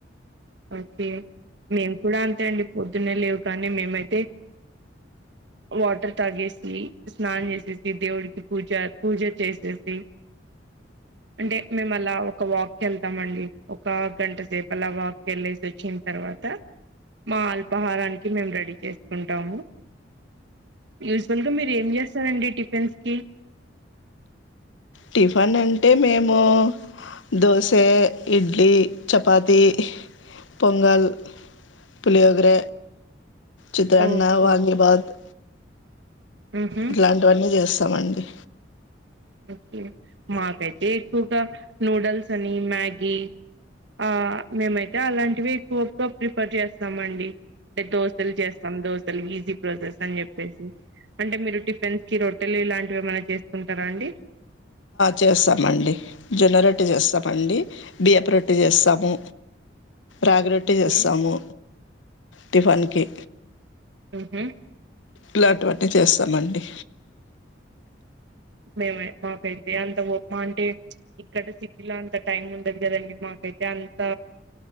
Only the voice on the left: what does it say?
టిఫన్ అంటే మేము దోసే ఇడ్లీ చపాతీ పొంగల్ పులియోగర చిత్రన్న
వాంగిబాత్
ఇట్లాంటివన్నీ చేస్తా తమండి
చేస్తామండి జొన్న రొట్టి చేస్తామండి బియపు రొట్టి చేస్తాము రాగిరొట్టటి
చేస్తాము టిఫన్కి
ఇలాంటివన్నీ చేస్తామండి